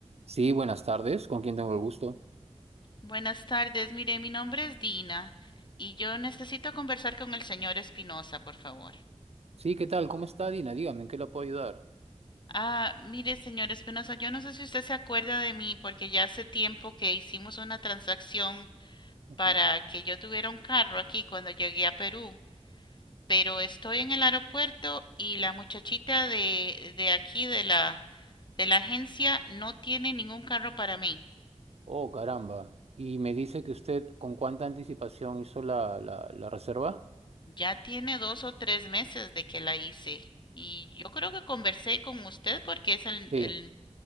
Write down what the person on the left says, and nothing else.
Buenas tardes, mire, mi nombre es Dina y yo necesito conversar con el señor Espinosa, por favor.
Ah, mire, señor Espinosa, yo no sé si usted se acuerda de mí porque ya hace tiempo que hicimos una transacción
para que yo tuviera un carro aquí cuando llegué a Perú, pero estoy en el aeropuerto y la muchachita de, de aquí de la, de la agencia no tiene ningún carro para mí.
Ya tiene dos o tres meses de que la hice y yo creo que conversé con usted porque es el,
el,